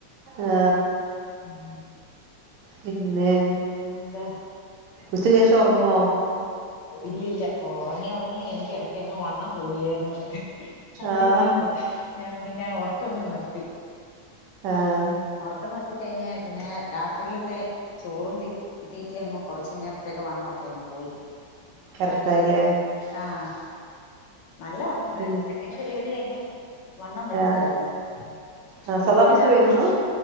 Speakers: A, on the right; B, on the left.
A: ആഹ
B: <unintelligible>
A: പിന്നെ
B: പിന്നെന്താ
A: ഉച്ചകേഷം ഉറങ്ങോ.
B: ഒ ഇല്ല ഇല്ല. ഒറങ്ങി ഒറങ്ങി എനിക്ക് ഇടക്കങ്ങ് വണ്ണം കൂടിയായിരുന്നു. അതെ,
A: ആഹ്
B: ഞാൻ <unintelligible> ഞാൻ പിന്നെ ആ ഉറക്കമങ്ങ് നിർത്തി.
A: ആഹ
B: ഒറക്കം നിർത്തി കഴിഞ്ഞ് പിന്നെ രാത്രിയിലത്തെ ചോറും തീ തീറ്റി അങ്ങങ് കൊറച്ചങ്ങപ്പഴത്തേക്ക വണ്ണണം ഒക്കെ അങ്ങങ് പോയി.
A: കറക്‌റ്റായി ലേ?
B: ആഹ, നല്ല ന്നുണ്ടായിരുന്നു.
A: പിന്നെ
B: സെക്കൻഡ് പിരീഡില് ഇന്നെ വണ്ണം വെച്ചതായിരുന്നു.
A: ആഹ് ആഹ്
B: പിന്നെങ്ങനാ
A: സദാപ്രസവേരുന്നു
B: ആഹ